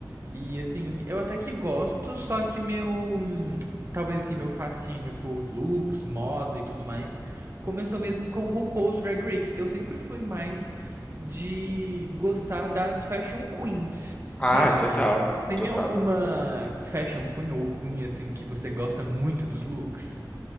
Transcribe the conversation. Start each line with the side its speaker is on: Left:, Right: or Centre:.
Right: E assim, eu até que gosto, só que meu. hum, Talvez assim, meu fascínio por looks, moda e tudo mais começou mesmo com RuPaul's Drag Race. Eu sempre fui mais de gostar das fashion queens,
Left: Ai,
Right: sabe?
Left: total.
Right: Tem
Left: Total.
Right: alguma fashion queen ou queen assim que você gosta muito dos looks?